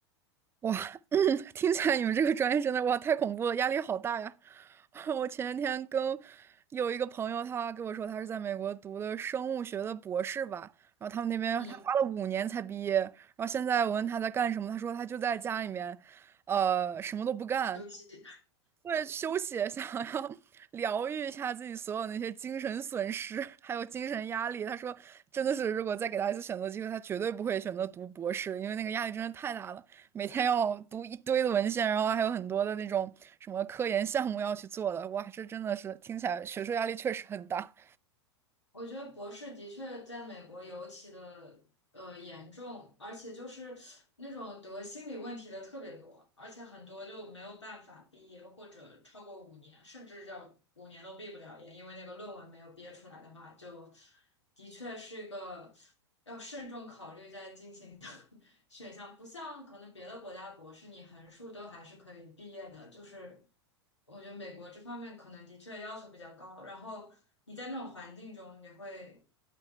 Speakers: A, on the right; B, on the left.
A: 哇，<clears throat> 嗯 <laughs> 听起来你们这个专业真的哇太恐怖了，压力好大呀！<laughs> 我前几天跟有一个朋友，他跟我说他是在美国读的生物学的博士吧，然后他们那边他花了五年才毕业，
B: 嗯，
A: 然后现在我问他在干什么，他说他就在家里面，呃，什么都不干。
B: 尤其
A: 为了休息想要 <laughs> 疗愈一下自己所有那些精神损失，<laughs> 还有精神压力。他说，真的是，如果再给他一次选择机会，他绝对不会选择读博士，因为那个压力真的太大了，每天要读一堆的文献，然后还有很多的那种什么科研项目要去做的。哇，这真的是听起来学术压力确实很大。
B: 我觉得博士的确在美国尤其的。呃严重，而且就是那种得心理问题的特别多，而且很多就没有办法毕业，或者超过五年，甚至这五年都毕不了业，因为那个论文没有憋出来的话，就的确是一个要慎重考虑再进行的 <laughs> 选项，不像可能别的国家博士你横竖都还是可以毕业的，就是我觉得美国这方面可能的确要求比较高，然后你在那种环境中也会